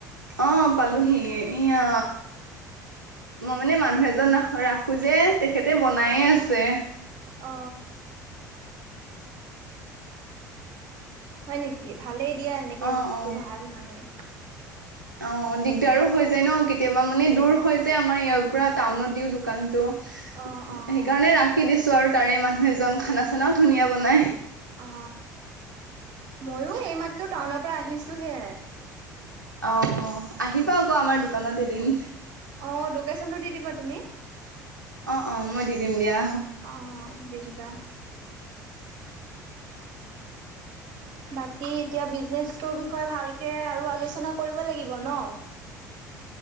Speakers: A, on the right; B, on the right.
A: অ পালোহি এয়া মই মানে মানুহ এজন ৰাখো যে তেখেতে বনায়ে আছে
B: অ হয় নেকি ভালেই দিয়া এনেকে
A: অ
B: ৰখাতো
A: অ
B: ভাল মানুহ
A: অ দিগদাৰো হৈ যায় ন কেতিয়াবা মানে দূৰ হৈ যায় আমাৰ ইয়াৰ পৰা টাউনত দিও দোকানতটো
B: অ অ
A: সেইকাৰণে ৰাখি দিছো আৰু তাৰে মানুহ এজন খানা চানাও ধুনীয়া বনাই
B: অ মইো এইমাত্ৰ টাউনৰ পৰা আহিছোহে
A: অ আহিব পা আকৌ আমাৰ দোকানত এদিন
B: অ লোকেশ্যনটো দি দিবা তুমি
A: অ অ মই দি দিম দিয়া
B: অ দেৰি বা বাকী এতিয়া বিজনেচৰ বিষয়ে ভালকে আৰু আলোচনা কৰিব লাগিব ন